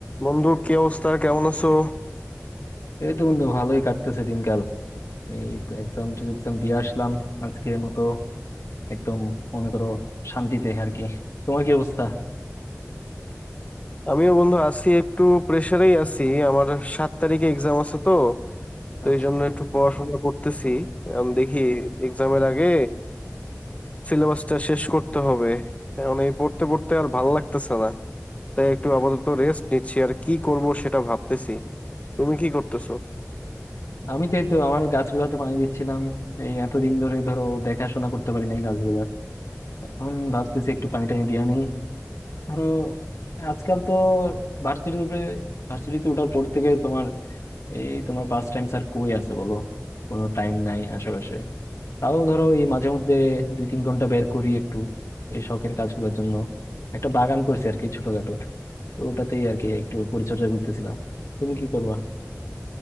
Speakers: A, on the left; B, on the left.
A: বন্ধু কি অবস্থা কেমন আছো
B: এই তো বন্ধু ভালোই কাটতেছে দিনকাল এই এক্সাম এক্সাম দিয়ে আসলাম আজকের মতো একদম মনে করো শান্তিতে আর কি তোমার কি অবস্থা
A: আমিও বন্ধু আছি একটু প্রেসারেই আছি আমার সাত তারিখে এক্সাম আছে তো তো
B: আচ্ছা,
A: এই জন্য একটু পড়াশোনা করতেছি এখন দেখি এক্সামের আগে সিলেবাসটা শেষ করতে হবে এখন এই পড়তে পড়তে আর ভাল লাগতেছে না তাই একটু আপাতত রেস্ট নিচ্ছি আর কি করব সেটা ভাবতেছি তুমি কি করতেছো
B: আমি তো এই তো আমার গাছগুলাতে পানি দিচ্ছিলাম এই এতদিন ধরে ধরো দেখাশোনা করতে পারি নাই গাছগুলার এখন ভাবতেছি একটু পানি টানি দিয়া নেই ধরো আজকাল তো ভার্সিটিতে ভার্সিটিতে ওঠার পর থেকে তোমার এই তোমার পাস টাইম স্যার কই আছে বলো কোনো টাইম নাই আশেপাশে তাও ধরো এই মাঝে মধ্যে দুই তিন ঘন্টা বের করি একটু এই শখের কাজগুলোর জন্য একটা বাগান করছি আর কি ছোটখাটো তো ওটাতেই আর কি একটু পরিচর্যা করতেছিলাম তুমি কি করবা